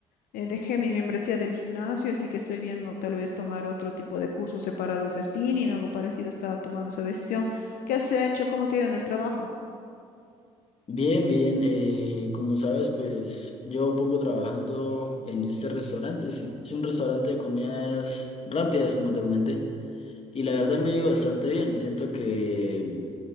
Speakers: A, on the left (about 70°); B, on the left (about 40°).
A: Eh, dejé mi membresía del gimnasio, así que estoy viendo tal vez tomar otro tipo de cursos separados de spinning, algo parecido, estaba tomando esa decisión. ¿Qué has hecho? ¿Cómo te ha ido en el trabajo?
B: Bien, bien. eh, como sabes, pues llevo poco trabajando en este restaurante, sí. Es un restaurante de comidas rápidas, como te comenté. Y la verdad me ha ido bastante bien. Siento que